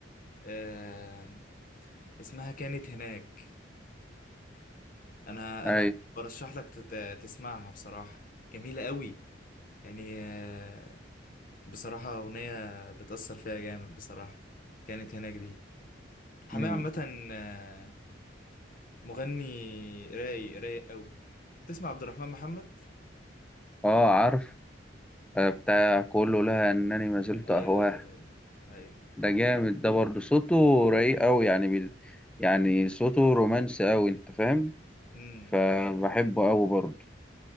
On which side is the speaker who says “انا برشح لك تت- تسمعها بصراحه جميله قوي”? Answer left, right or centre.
Left